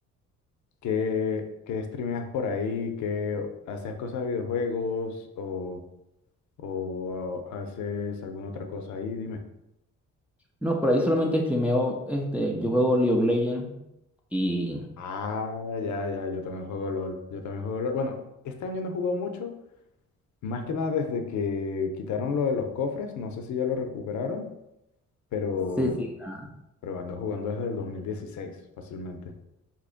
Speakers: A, on the left; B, in the centre.
A: ¿qué, qué streameas por ahí? ¿Qué haces cosas de videojuegos o, o haces alguna otra cosa ahí? Dime.
B: No, por ahí solamente streameo, este, yo juego League of Legends y
A: Ah, ya, ya, yo también juego LOL. Yo también juego LOL. Bueno, este año no he jugado mucho, más que nada desde que quitaron lo de los cofres. No sé si ya lo recuperaron, pero,
B: sí, sí, ah,
A: pero ando jugando desde el 2016, fácilmente.